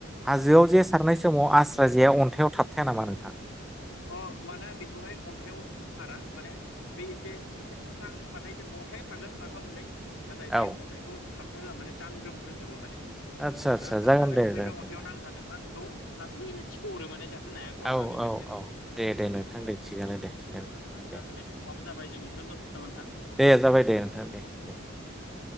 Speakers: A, in the centre; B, on the left.
A: हाजोआव
B: औ
A: जे सारनाय समाव आस्रा जेआ
B: औ
A: अन्थायाइाव थाबथायाया नामा नों थां?
B: अ' माने बेखौहाय अन्थाइाव सारा माने बे एसे एसे स्रांबाथाय जेनेबा अन्थाइ थागोन मोनफा-मोननै नाथाय बे
A: औ
B: अन्थाइखौ थाब थाहोआ माने दांग्रोमग्रोजोबो माने।
A: आदसा आदसा
B: दांग्रोमनानै
A: जागोन दे
B: ओमफ्राय
A: जागोन
B: बे अन्थायाव
A: दे
B: नांथादोंबा बेखौ लासैनो थिखो हरो माने जा हाथे नाया गलाङा
A: औ
B: बेबायदि
A: औ
B: आरो।
A: औ दे दे नोंथां
B: औ औ
A: दे थिगानो
B: अह अह
A: दे
B: अह
A: थिगानो
B: आ-आच्छा
A: दे दे
B: दोनै समाबो जाबाय जों एसेयावनो दोनथ'नोसै नामा नोंथां?
A: दे जाबाय दे नोंथां दे
B: अह
A: दे
B: अह अह अह।